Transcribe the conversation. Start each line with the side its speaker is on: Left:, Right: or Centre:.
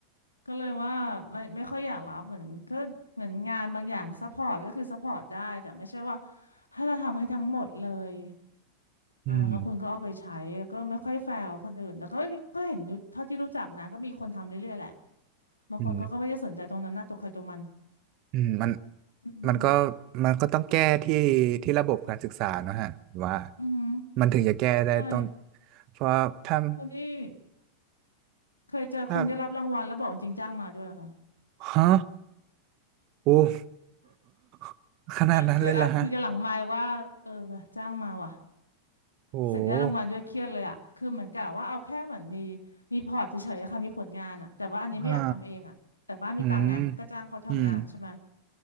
Left: ก็เลยว่าไม่ไม่ค่อยอยากรับเหมือนก็เหมือนงานบางอย่างซัพพอร์ตก็คือซัพพอร์ตได้แต่ไม่ใช่ว่าให้เราทำให้ทั้งหมดเลย
Right: อืม
Left: อ่าแล้วคุณก็เอาไปใช้ก็ไม่ค่อยแฟร์กับคนอื่นแต่ก็ก็เห็นอยู่เท่าที่รู้จักนะก็มีคนทำเรื่อยๆแหละบางคนเขาก็ไม่ได้สนใจตรงนั้นหน้าตกใครตรงมัน
Right: อืม อืมมัน
Left: อืม
Right: มันก็มันก็ต้องแก้ที่ที่ระบบการศึกษาเนอะฮะ ว่า
Left: อืม
Right: มันถึงจะแก้ได้ต้อง
Left: ใช่
Right: เพราะถ้า
Left: คนนี้เคยเจอคนได้รับรางวัลแล้วบอกจริงจ้างมาด้วยอะค่ะ
Right: ถ้าฮะโอ้ <laughs> ขนาดนั้นเลยเหรอฮะ
Left: คือแอบคุยกันหลังไมค์ว่าเออว่ะจ้างมาว่ะ
Right: โอ
Left: เสร็จได้รางวัลด้วยเครียดเลยอะคือเหมือนกับว่าเอาแค่เหมือนมี
Right: ้
Left: มีพอร์ตเฉยๆอะค่ะมีผลงานอะแต่ว่าอันนี้ไม่อยากทำเองอะแต่บ้านมีตังค์ไงก็จ้างเขาทำงานใช่ไหม
Right: อ่าอืมอืม